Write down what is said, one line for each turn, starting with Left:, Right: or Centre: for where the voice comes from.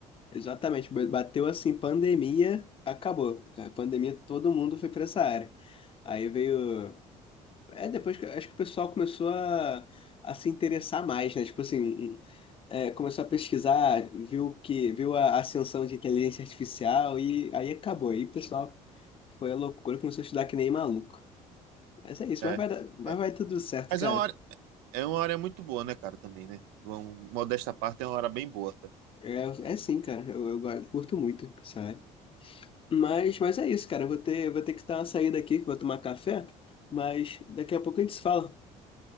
Left: Exatamente. Ba- Bateu assim, pandemia, acabou. cara. Pandemia, todo mundo foi pra essa área. Aí veio. É, depois que acho que o pessoal começou a, a se interessar mais, né? Tipo assim, é, começou a pesquisar, viu que viu a ascensão de inteligência artificial e aí acabou. Aí, o pessoal. Foi a loucura, começou a estudar que nem maluco. Mas é isso,
Right: É,
Left: mas vai dar, mas
Right: é.
Left: vai tudo certo,
Right: Mas
Left: cara.
Right: é uma área, é uma área muito boa, né, cara, também, né? Vamos, modesta parte, é uma área bem boa também.
Left: É, é sim, cara. Eu, eu gosto- curto muito, sabe? Mas, mas é isso, cara. Eu vou ter, vou ter que dar uma saída aqui, que eu vou tomar café. Mas daqui a pouco a gente se fala.